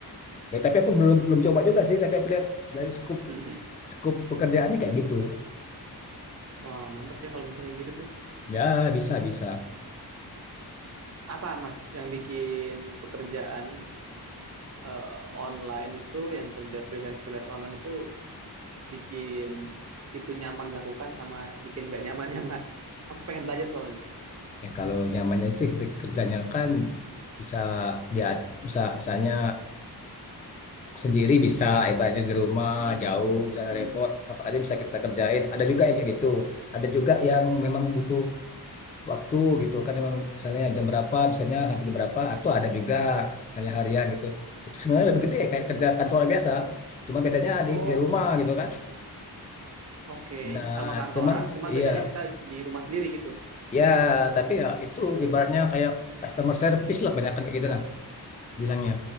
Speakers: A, on the left (about 20°); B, on the right (about 40°).
A: kayak tapi aku belum belum coba juga sih tapi aku lihat dari scoop
B: <laughs>
A: scoop pekerjaannya kayak gitu
B: wah mantap ya kalau bisa kayak gitu tuh.
A: ya bisa bisa
B: Apa Mas yang bikin pekerjaan eh, online itu, yang kerja freelance freelance online itu bikin itu nyaman dilakukan sama bikin nggak nyaman ya Mas? Aku pengen belajar soal ini.
A: ya kalau nyamannya sih kita kerjanya kan bisa dia bisa misalnya sendiri bisa ibaratnya di rumah
B: Mm,
A: jauh misalnya
B: mm.
A: repot kapan aja bisa kita kerjain ada juga yang kayak gitu ada juga yang memang butuh waktu gitu kan memang misalnya jam berapa misalnya habis jam berapa atau ada juga misalnya harian gitu itu sebenarnya lebih gede kayak kerja kantor biasa cuma bedanya
B: Oh,
A: di di rumah gitu kan
B: oke.
A: nah
B: Sama kantoran,
A: cuman
B: cuman
A: iya
B: bedanya kita di rumah sendiri gitu.
A: ya tapi ya itu ibaratnya kayak customer service lah banyak kan kayak gitu nah bilangnya